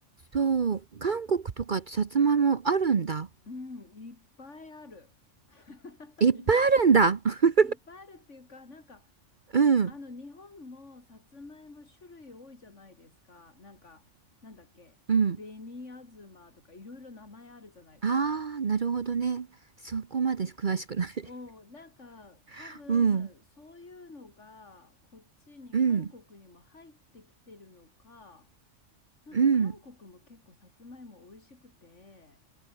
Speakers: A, on the right (about 45°); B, on the left (about 70°).
A: そう、韓国とかってさつまいもあるんだ。
B: うん、いっぱいある。<laughs>
A: いっぱいあるんだ。
B: い
A: <laughs>
B: っぱいあるっていうか、なんか、
A: うん、
B: あの、日本もさつまいも種類多いじゃないですか。なんか、なんだっけ、
A: うん。
B: 紅あずまとかいろいろ名前あるじゃないですか。
A: ああ、なるほどね。そこまで詳しくない。
B: うん、なんか多分そういうのがこっちに韓国にも入ってきてるのか、
A: <laughs> うん、うん、
B: なんか韓国も結構さつまいも美味しくて、
A: うん。